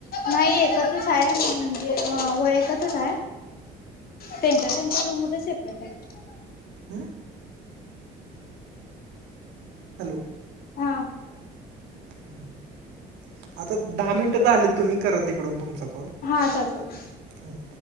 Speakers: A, on the left; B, on the right.
A: नाही एकतच आहे म्हणजे व एकतच आहे त्यांच्या त्यांच्या रूम म सेपरेट आहेत
B: हम्म हॅलो
A: हा
B: हम्म आता दहा मिनिट झाली तुम्ही करा तिकडून तुमचा कर
A: हा चालतय
B: हो